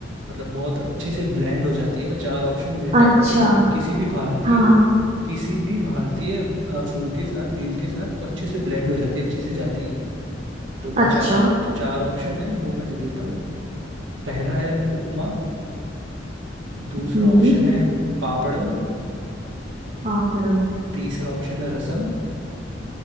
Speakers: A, on the right (about 75°); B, on the right (about 35°).
A: मतलब बहुत अच्छे से ब्लेंड हो जाती है मैं चार ऑप्शन देता
B: अच्छा
A: हूँ ना तुमको किसी भी भारतीय
B: हाँ हाँ
A: किसी भी भारतीय फूड के साथ मील के साथ वो अच्छे से ब्लेंड हो जाती है अच्छे से जाती है तो मैं
B: अच्छा
A: चार तो चार ऑप्शन है वो मैं दे देता हूँ पहला है उपमा दूसरा
B: हम्म
A: ऑप्शन है पापड़म
B: पापड़म
A: तीसरा ऑप्शन है रसम